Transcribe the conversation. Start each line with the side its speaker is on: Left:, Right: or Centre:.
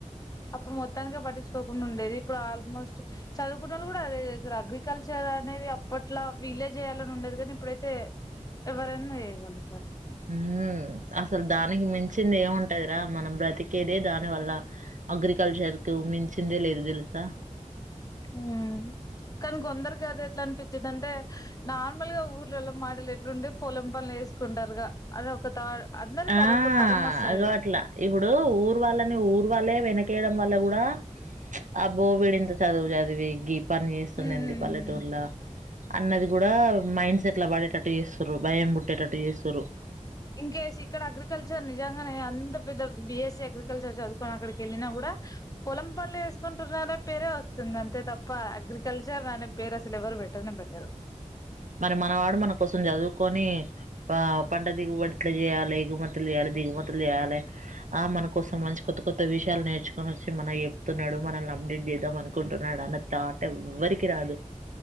Left: అప్పుడు మొత్తానికి పట్టించుకోకుండా ఉండేది ఇప్పుడు ఆల్మోస్ట్ చదువుకున్నలు కూడా అదే చేస్తురు అగ్రికల్చర్ అనేది అప్పట్లా విలేజ్ చేయాలని ఉండేది కానీ ఇప్పుడైతే ఎవరైనా చేయగలుగుతారు
Right: హ్మ్ అసలు దానికి మించింది ఏముంటదిరా మనం బ్రతికేదే దాని వల్ల అగ్రికల్చర్ కు మించిందే లేదు తెలుసా
Left: హ్మ్ కానీ కొందరిగాద ఎట్లా అనిపించిదింటే నార్మల్ గా ఊర్లలో మాటలు ఎట్లుంటే పొలం పనులు వేసుకుంటారుగా అది ఒక తా అందరికి
Right: ఆ
Left: అదొక పదం వస్తది
Right: అగో అట్లా ఇప్పుడు ఊరు వాళ్ళని ఊరు వాళ్ళే వెనకి చేయడం వల్ల కూడా అబ్బో విడింత చదువు చదివి గీ పని చేస్తుందున్నది
Left: ఉమ్ ఉమ్
Right: పల్లెటూర్ల అన్నది కూడా మైండ్ సెట్లా పడేటట్టు చేస్తురు భయం పుటిటట్టు చేస్తురు
Left: ఇంకేసి ఇక్కడ అగ్రికల్చర్ నిజంగానే అంత పెద్ద బిఎస్సి అగ్రికల్చర్ చదువుకొని అక్కడికి వెళ్ళినా కూడా పొలం పనులు చేసుకుంటుర్రు పేరే వస్తుంది. అంతే తప్ప అగ్రికల్చర్ అనే పేరు అసలు ఎవరు పేట్టనే పెట్టారు.
Right: మరి మనవాడు మన కోసం చదువుకొని, పంట దిగుబడి ఇట్లా చేయాలి, ఎగుమతులు చేయాలి దిగుమతులు చేయాలి ఆ మనకోసం మంచి కొత్త కొత్త విషయాలు నేర్చుకొని వచ్చి మన చెప్తున్నాడు మనల్ని అప్డేట్ చేద్దాం అనుకుంటున్నాడు. అన్న తాట్ ఎవ్వరికి రాదు.